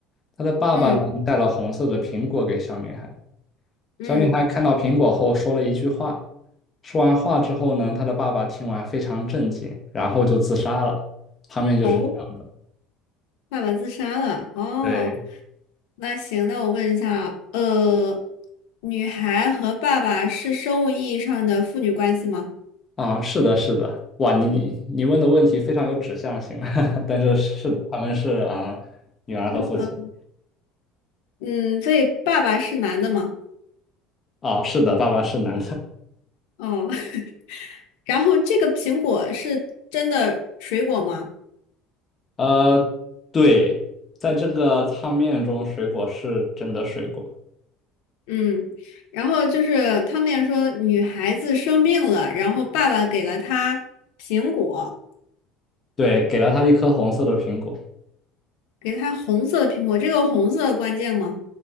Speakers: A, on the left; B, on the left.
A: 她的爸爸呢带了红色的苹果给小女孩。
B: 嗯嗯，
A: 小女孩看到苹果后说了一句话，说完话之后呢，她的爸爸听完非常震惊，然后就自杀了。汤面就是这样的。
B: 哦，爸爸自杀了。哦，
A: 对。
B: 那行，那我问一下，呃，女孩和爸爸是生物意义上的父女关系吗？
A: 啊，是的，是的，哇，你你你问的问题非常有指向性，<laughs> 但是是的，他们是啊、女儿和父亲
B: 呃，嗯，所以爸爸是男的吗？
A: 啊，是的，爸爸是男的，
B: 哦，<laughs> 然后这个苹果是真的水果吗？
A: <laughs> 呃，对，在这个汤面中，水果是真的水果，
B: 嗯，然后就是他们也说女孩子生病了，然后爸爸给了她苹果。
A: 对，给了他一颗红色的苹果，
B: 给它红色的苹果，这个红色关键吗？